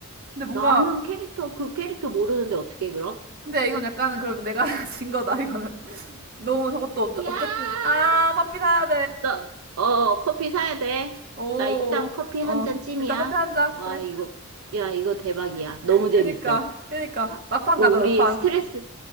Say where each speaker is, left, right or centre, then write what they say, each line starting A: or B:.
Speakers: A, on the right; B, on the right.
A: 근데 뭔가
B: 나는 캐릭터, 그 캐릭터 모르는데 어떻게 그럼?
A: 근데 이건 약간은 그럼 내가 <laughs> 진 거다 이거는 너무 저것도 어째- 어쨌든
B: 야,
A: 아 커피 사야
B: 나, 어, 커피 사야 돼.
A: 돼오어
B: 나 일단 커피 한 잔 찜이야.
A: <laughs> 일단 커피 한잔
B: 와,
A: 그래
B: 이거, 야, 이거 대박이야. 너무
A: 그니까
B: 재밌어.
A: 그니까
B: 아,
A: 막판
B: 이거
A: 가자
B: 우리
A: 막판
B: 스트레스,